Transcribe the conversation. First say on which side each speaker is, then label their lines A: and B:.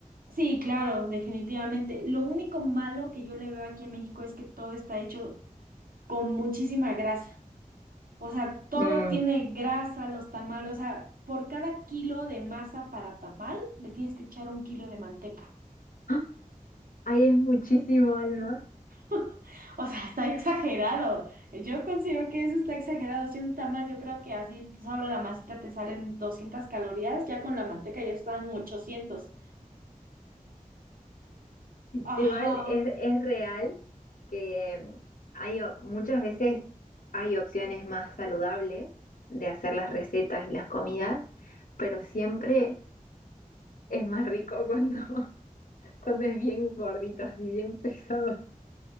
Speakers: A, on the right (about 85°); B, on the left (about 70°).
A: Sí, claro, definitivamente. Lo único malo que yo le veo aquí en México es que todo está hecho con muchísima grasa. O sea, todo
B: Mm.
A: tiene grasa, los tamales, o sea, por cada kilo de masa para tamal le tienes que echar un kilo de manteca.
B: Ah, Ay, es muchísimo, Alma.
A: <laughs> O sea, está exagerado. Yo considero que eso está exagerado. Si un tamal, yo creo que así solo la masita te salen 200 calorías, ya con la manteca ya están 800. Ajá,
B: Igual es, es real que hay o- muchas veces hay opciones más saludables de hacer las recetas y las comidas, pero siempre es más rico cuando <laughs> Cuando es bien gordito, así bien pesado.